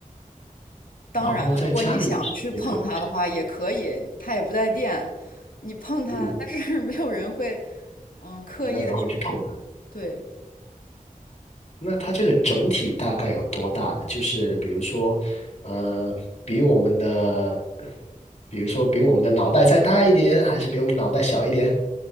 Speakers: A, on the left; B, on the left.
A: 当然了，
B: 然后在家里谁都可能，
A: 如果你想去碰它的话，也可以，它也不带电，你碰它，
B: 嗯，
A: 但是 <laughs> 没有人会，嗯，刻意的去碰它。
B: 没有人会去碰它。
A: 对，
B: 那它这个整体大概有多大呢？就是比如说，呃，比我们的，比如说比我们的脑袋再大一点，还是比我们脑袋小一点？